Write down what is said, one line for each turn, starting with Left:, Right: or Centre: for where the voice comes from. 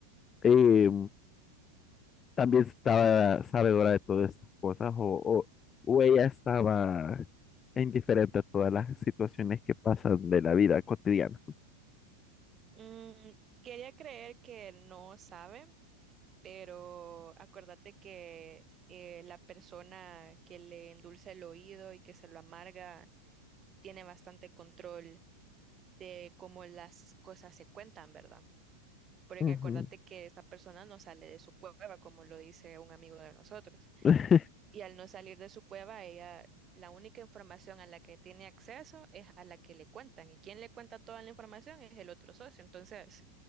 Left: eh, ¿también estaba sabedora de todas estas cosas o, o, o ella estaba e indiferente a todas las situaciones que pasan de la vida cotidiana.
Right: Mm, quería creer que no sabe, pero acuérdate que eh, la persona que le endulza el oído y que se lo amarga tiene bastante control de cómo las cosas se cuentan, ¿verdad? Porque
Left: Ujú.
Right: acuérdate que esta persona no sale de su cueva, como lo dice un amigo de nosotros.
Left: <laughs>
Right: Y al no salir de su cueva, ella, la única información a la que tiene acceso es a la que le cuentan. Y quien le cuenta toda la información es el otro socio. Entonces,